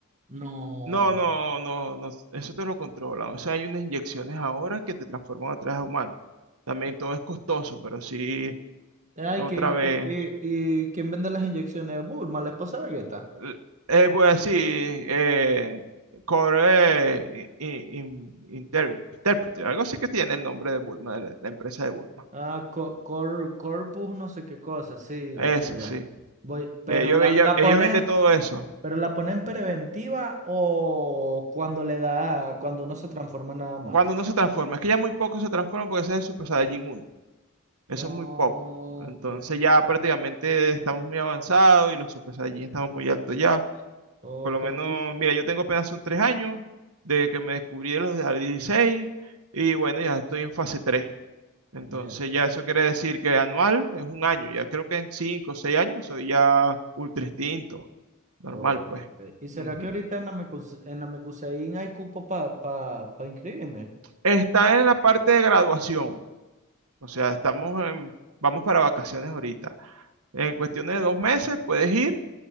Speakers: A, on the right; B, on the right.
A: No.
B: No, no, no, no, eso te lo controlan. O sea, hay unas inyecciones ahora que te transforman atrás a humano. También todo es costoso, pero sí,
A: Ay,
B: otra
A: que,
B: vez.
A: que- y, y ¿quién vende las inyecciones? Bulma, la esposa de Vegeta.
B: l- Eh, voy a decir, eh, Core eh, i- in- Inter- Interpreter, algo así que tiene el nombre de Bulma, la, la empresa de Bulma.
A: Ah, co- cor- corpus, no sé qué cosa, sí,
B: Eso
A: ya, ya.
B: sí.
A: Voy, pero
B: Ellos,
A: la,
B: ellos,
A: la
B: ellos
A: ponen,
B: venden todo eso.
A: pero la ponen preventiva o cuando le da, cuando uno se transforma nada más.
B: Cuando no se transforma, es que ya muy pocos se transforman porque ese es el Super Saiyajin uno. Eso
A: No,
B: es muy poco. Entonces
A: ok,
B: ya prácticamente estamos muy avanzados y los Super Saiyajin estamos muy altos ya.
A: ok,
B: Por lo menos,
A: y-
B: mira, yo tengo apenas son tres años de que me descubrí de los de a los 16 y bueno, ya estoy en fase tres Entonces
A: ya.
B: ya eso quiere decir que anual es un año. Ya creo que en cinco o seis años soy ya ultra instinto. Normal,
A: ok.
B: pues.
A: ¿Y será
B: Ujú.
A: que ahorita en la Mecus- en la Mecuseín hay cupo para pa, pa pa inscribirme?
B: Está en la parte de graduación. O sea, estamos en- vamos para vacaciones ahorita. En cuestiones de dos meses puedes ir